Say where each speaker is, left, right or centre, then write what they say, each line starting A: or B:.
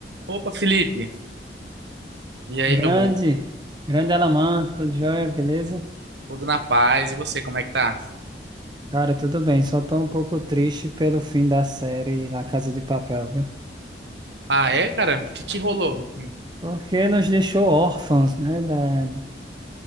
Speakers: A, on the right; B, on the right.
A: Opa, Felipe. E aí,
B: Grande,
A: meu bom?
B: grande Alamã, tudo jóia, beleza?
A: Tudo na paz? E você, como é que tá?
B: Cara, tudo bem, só tô um pouco triste pelo fim da série La Casa de Papel, viu?
A: Ah, é, cara? O que que rolou? Hum,
B: Porque nos deixou órfãos, né, da,